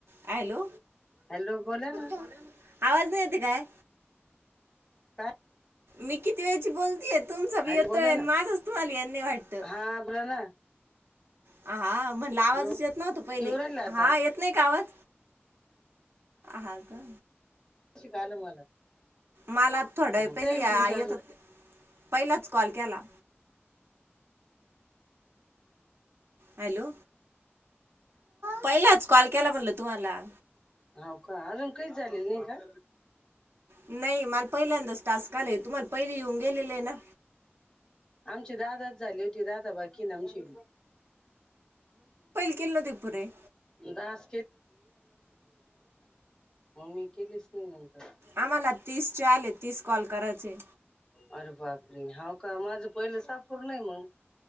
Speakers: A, on the right; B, on the left.
A: हॅलो
B: हॅलो बोला ना
A: आवाज नाही येते काय?
B: काय
A: मी किती वेळची बोलतेय तुमचा भी
B: हॅलो
A: येतोय
B: बोला ना
A: माझाचं तुम्हाला येत नाय वाटतयं.
B: हा बोला ना
A: आ. म्हणल
B: हॅलो
A: आवाजच येत नव्हता पहिले
B: येऊ राहिला
A: हा
B: आता
A: येत नाही का आवाज. हा का.
B: शिकालं मला.
A: माला थोडं
B: राहील
A: पहिली आ
B: तुमच्या
A: येत
B: अजून
A: होत पहिलाच कॉल केला. हॅलो पहिलाच कॉल केला म्हणल तुम्हाला.
B: हो का अजून काही झालेल नाही का.
A: नाही मला पहिल्यांदाच टास्क आलाय तुम्हाला पहिली येऊन गेलेले ना.
B: आमचे दादा. झाली होती राधाबाकी ना आमची.
A: केल ते पूरे.
B: उदास. मग मी केलेच नाही नंतर
A: आम्हाला तीस चे आले तीस. कॉल करायचे.
B: अरे बापरे हाव का माझं पहिलं सापूर नाही मग